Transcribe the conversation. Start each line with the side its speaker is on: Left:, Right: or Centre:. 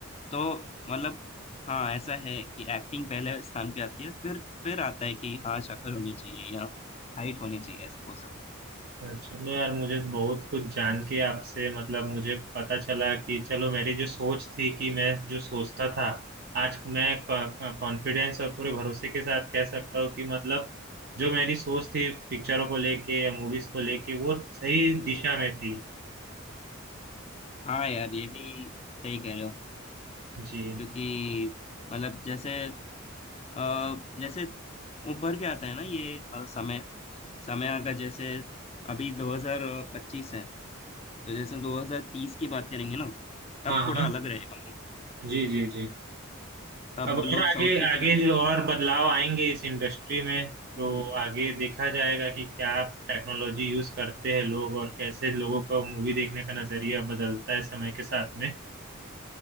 Left: तो मतलब हाँ ऐसा है कि एक्टिंग पहले स्थान पे आती है फिर फिर आता है कि हाँ शक्ल होनी चाहिए या हाइट होनी चाहिए ऐसा वो सब
Right: चलो यार मुझे बहुत कुछ जान के आपसे मतलब मुझे पता चला कि चलो मेरी जो सोच थी कि मैं जो सोचता था आज मैं कॉन्फिडेंस और पूरे भरोसे के साथ कह सकता हूँ कि मतलब जो मेरी सोच थी पिक्चरों को लेके या मूवीज को लेके वो सही दिशा में थी
Left: हाँ यार ये भी सही कह रहे हो
Right: जी
Left: क्योंकि मतलब जैसे अ, जैसे ऊपर के आता है ना ये अ, समय समय अगर जैसे अभी 2025 है तो जैसे 2030 की बात करेंगे ना तब
Right: हाँ
Left: थोड़ा
Right: हाँ
Left: अलग रहेगा
Right: जी जी जी
Left: तब
Right: अब और
Left: लोग
Right: आगे
Left: साउथ की
Right: आगे
Left: फिल्में
Right: जो और बदलाव आएंगे इस इंडस्ट्री में तो
Left: हम्म,
Right: आगे देखा जाएगा कि क्या टेक्नोलॉजी यूज करते हैं लोग और कैसे लोगों का मूवी देखने का नजरिया बदलता है समय के साथ में